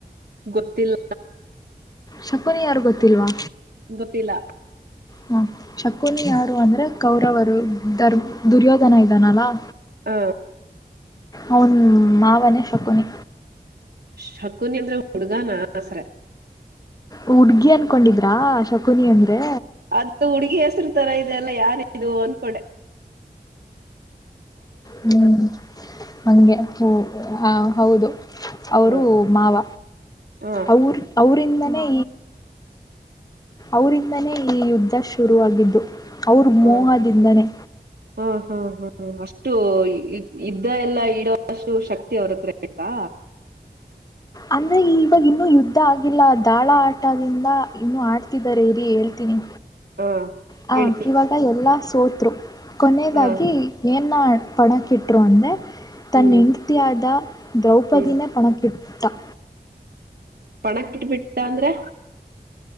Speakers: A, on the right; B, on the left.
A: ಗೊತ್ತಿಲ್ಲ
B: ಶಕುನ ಯಾರು ಗೊತ್ತಿಲ್ವಾ
A: ಗೊತ್ತಿಲ್ಲ
B: ಹಾ ಶಕುನಿ ಯಾರು ಅಂದ್ರೆ ಕೌರವರು ದುರ್ಯೋಧನ ಇದಾನಲಾವ
A: ಹ
B: ಅವನ್ ಮಾವನೇ ಶಕುನಿ
A: ಶಖುನೀ ಅಂದ್ರೆ ಹುಡುಗ ಹೆಸರೇ
B: ಹುಡ್ಗಿ ಅನ್ಕೊಂಡಿದ್ರಾ ಶಕುನಿ ಅಂದ್ರೆ
A: ಅದು ಹುಡುಗಿ ಹೆಸ್ರು ತರ ಇದೆ ಅಲ್ಲ ಯಾರ ಇಟ್ಟಿದ್ದು ಇದು ಅಂದ್ಕೊಂಡೆ
B: ಹ್ಮ್ ನನಗೆ ಹ ಹೌದು ಅವರು
A: ಹ
B: ಮಾವ
A: ಹ
B: ಅವರು ಅವರಿಂದನೇ ಅವರಿಂದನೇ ಈ ಯುದ್ಧ ಶುರುವಾಗಿದ್ದು ಅವ್ರ
A: ಹ
B: ಮೋಹದಿಂದನೇ
A: ಹಾ ಹಾ ಹ್ಮ ಅಷ್ಟ ಷ್ಟು ಇದ್ದ ಎಲ್ಲ ನೀಡುವಷ್ಟು ಶಕ್ತಿ ಅವ್ರತ್ರ ಆಂತಾ
B: ಅಂದ್ರೆ ಇವಾಗ ಇನ್ನೂ ಯುದ್ಧ ಆಗಿಲ್ಲ ದಾಳ ಆಟದಿಂದ ಇನ್ನು ಆಡ್ತಿದ್ದಾರೆ ಇರಿ ತಿನಿ
A: ಹಾ
B: ಹ
A: ಹೇಳಿ
B: ಇವಾಗ ಎಲ್ಲಾ ಸೋ ಕತೃ ಕೊನೆಯದಾಗಿ
A: ಹಾ
B: ಏನ್ ನ ಪಣ ಕಿಟ್ರು ಅಂದ್ರೆ ತನ್ನ
A: ಹ್ಮ್
B: ಹೆಂಡ್ತಿಯಾದ ದ್ರೌಪದಿನೇ
A: ಹ್ಮ್
B: ಪಣಕ್ಕಿಟ್ಟ ತ್ತ
A: ಪಣಕ್ಕ ಇಟ್ಬಿಟ್ಟ ಅಂದ್ರೆ